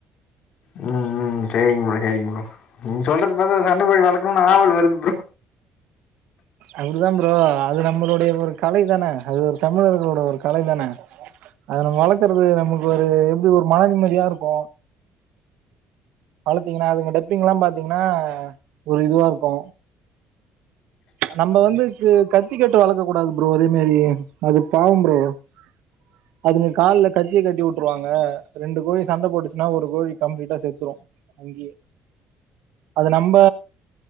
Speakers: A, on the left; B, on the right.
A: ம் ம் சேரி ப்ரோ சேரிங்க ப்ரோ நீங்க சொல்றது பாத்தா சண்டை கோழி வளர்க்கணுன்னு ஆவல் வருது ப்ரோ
B: அப்டிதா ப்ரோ அது நம்மளுடைய ஒரு கலை தான அது ஒரு தமிழர்களோட ஒரு கலை தான அது நம்ம வளக்குறது நமக்கு ஒரு எப்டி ஒரு மன நிம்மதியா இருக்கு வளத்தீங்கனா அதுங்க டப்பிங்லா பாத்தீங்கனா ஒரு இதுவா இருக்கு நம்ம வந்து கத்திக்கட்டு வளர்க்கக் கூடாது ப்ரோ அதே மாரி அது பாவம் ப்ரோ <inaudible> அதுங்க கால்ல கத்திய கட்டி வுட்டுருவாங்க ரெண்டு கோழி சண்ட போட்டுச்சினா ஒரு கோழி கம்ப்ளீட்டா செத்துரு அது நம்ப